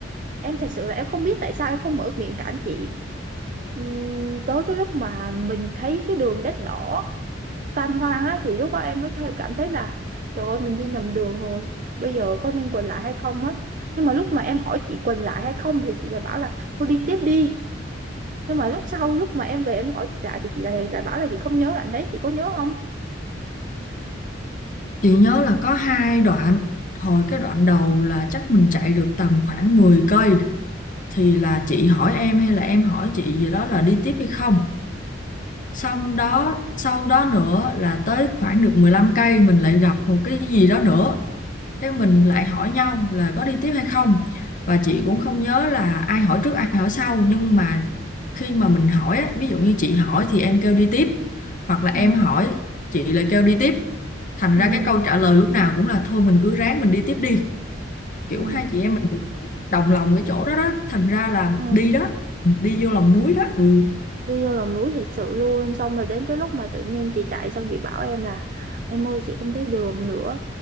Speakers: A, on the right (about 45°); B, on the left (about 45°).
A: em thật sự là em không biết tại sao em không mở miệng cản chị Ừm, tới cái lúc mà mình thấy cái đường đất đỏ tan hoang á thì lúc đó em mới kha- cảm thấy là trời ơi mình đi nhầm đường rồi bây giờ có nên quay lại hay không á nhưng mà lúc mà em hỏi chị quay lại hay không thì chị lại bảo là thôi đi tiếp đi nhưng mà lúc sau lúc mà em về em hỏi chị lại thì chị lại lại bảo là chị không nhớ đoạn đấy chị có nhớ không
B: chị nhớ là có hai đoạn hồi cái đoạn đầu là chắc mình chạy được tầm khoảng 10 cây thì là chị hỏi em hay là em hỏi chị gì đó là đi tiếp hay không xong đó sau đó nữa là tới khoảng được 15 cây mình lại gặp một cái gì đó nữa cái mình lại hỏi nhau là có đi tiếp hay không và chị cũng không nhớ là ai hỏi trước ai hỏi sau nhưng mà khi mà mình hỏi á, ví dụ như chị hỏi thì em kêu đi tiếp hoặc là em
A: ừ
B: hỏi chị lại kêu đi tiếp thành
A: ừ
B: ra cái câu trả lời lúc nào cũng là thôi mình cứ ráng mình đi tiếp đi kiểu
A: ừ
B: hai chị em mình cũng đồng lòng cái chỗ đó đó thành ra là
A: ừ
B: đi đó đi vô lòng núi đó ừ
A: đi vô lòng núi thật sự luôn xong rồi đến cái lúc mà tự nhiên chị chạy xong chị bảo em là em ơi chị không thấy đường nữa